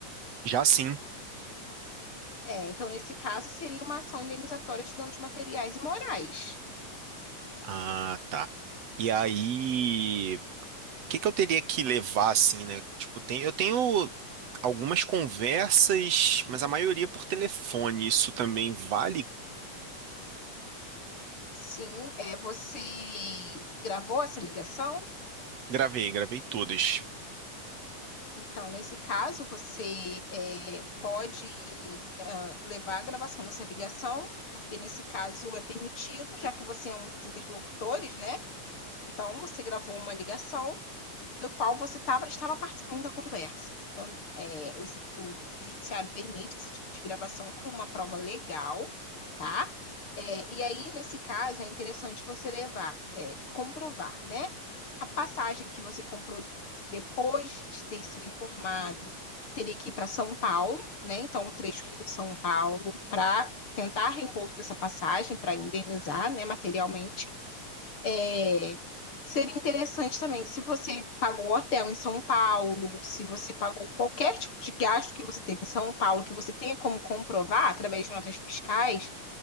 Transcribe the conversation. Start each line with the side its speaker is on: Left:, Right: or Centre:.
Right: Já sim.
Left: É, então, nesse caso, seria uma ação indenizatória de danos materiais e morais.
Right: Ah, tá. E aí, o que que eu teria que levar assim, né? Tipo, tem, eu tenho algumas conversas, mas a maioria por telefone. Isso também vale?
Left: Sim, é, você gravou essa ligação?
Right: Gravei, gravei todas.
Left: Então, nesse caso, você é, pode ah, levar a gravação dessa ligação, porque nesse caso é permitido, já que você é um dos interlocutores, né? Então, você gravou uma ligação. do qual você tava, estava participando da conversa. Então, é, o, ju- o judiciário permite esse tipo de gravação como uma prova legal, tá? É, e aí, nesse caso, é interessante você levar, é, comprovar, né? A passagem que você comprou depois de ter sido informado que teria que ir para São Paulo, né? Então, o trecho Rio-São Paulo, para tentar reembolso dessa passagem, para indenizar, né, materialmente É, Seria interessante também, se você pagou hotel em São Paulo, se você pagou qualquer tipo de gasto que você teve em São Paulo, que você tenha como comprovar através de notas fiscais,